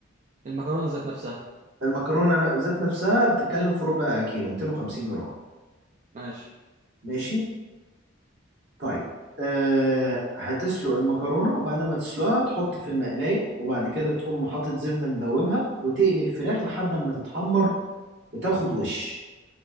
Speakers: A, on the right (about 40°); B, on the right (about 60°).
A: المكرونه ذات نفسها
B: المكرونة ذات نفسها بتتكلم في ربع كيلو 250 جرام
A: ماشي
B: ماشي طيب أه هتسلق المكرونة وبعد ما تسلقها تحط في المقلاية وبعد كده تقوم حاطط زبدة مدوبها وتقلي الفراخ لحد ما تتحمر وتاخد وش